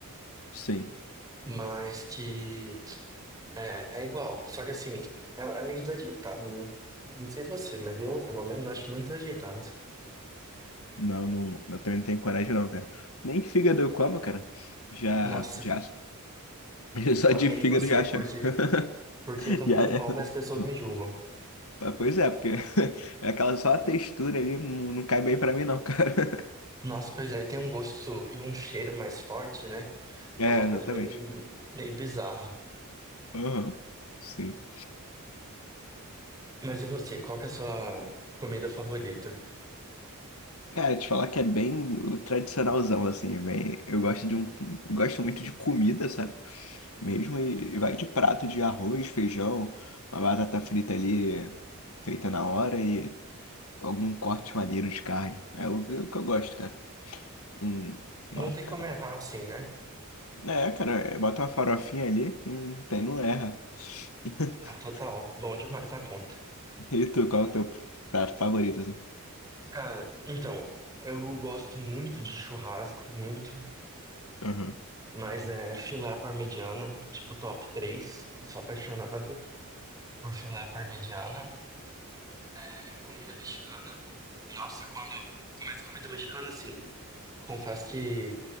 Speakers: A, on the left; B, on the right.
A: sim.
B: Mas que é, é igual. Só que assim, é, é meio desajeitado, né? Não sei você, mas eu, pelo menos, acho muito desajeitado.
A: Não, não, eu também não tenho coragem não, cara. Nem fígado eu como, cara. Já,
B: Nossa,
A: já, <laughs> só
B: amei
A: de fígado
B: você,
A: já acho.
B: porque,
A: <laughs>
B: porque eu também
A: Já,
B: não
A: é,
B: como e as pessoas
A: não.
B: me julgam.
A: Mas, Pois é, porque <laughs> é aquela só a textura ali não, não cai bem pra mim não, cara. <laughs>
B: Nossa, pois aí tem um gosto e um cheiro mais forte, né?
A: É,
B: É uma coisa
A: exatamente.
B: meio, meio bizarra.
A: Aham, sim.
B: Mas e você, qual que é a sua comida favorita?
A: Cara, te falar que é bem o tradicionalzão, assim, bem... Eu gosto de um... Gosto muito de comida, sabe? Mesmo e e vai de prato de arroz, feijão, uma batata frita ali, feita na hora e algum corte maneiro de carne. É o, é o que eu gosto, cara. Hum, mal...
B: Não tem como errar assim, né?
A: É, cara, é, bota uma farofinha ali, não tem, não erra. <laughs>
B: Ah, Total, bom demais a conta.
A: E tu, qual é o teu prato favorito, assim?
B: Cara, então, eu gosto muito de churrasco, muito,
A: Aham.
B: mas é filé à parmegiana, tipo top 3. sou apaixonado por filé à parmegiana. É, comida mexicana. Nossa, quando. Mas comida mexicana, assim. Confesso que